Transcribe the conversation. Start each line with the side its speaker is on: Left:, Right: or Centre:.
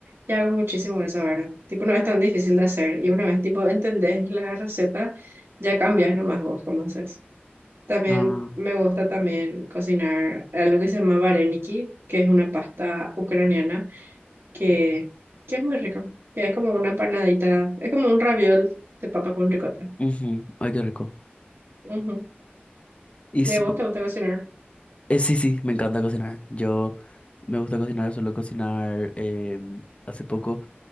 Right: Y hago muchísimo de eso ahora. Tipo, no es tan difícil de hacer. Y una vez, tipo, entendés la receta, ya cambias nomás vos cómo haces. También
Left: Ah,
Right: me gusta también cocinar algo que se llama vareniki, que es una pasta ucraniana que, que es muy rico, que es como una empanadita es como un raviol de papa con ricota.
Left: ujú. Ay, qué rico.
Right: Ujú.
Left: Y
Right: ¿Y
Left: so-
Right: a vos te gusta cocinar?
Left: eh, sí, sí, me encanta cocinar. Yo me gusta cocinar, suelo cocinar. em, hace poco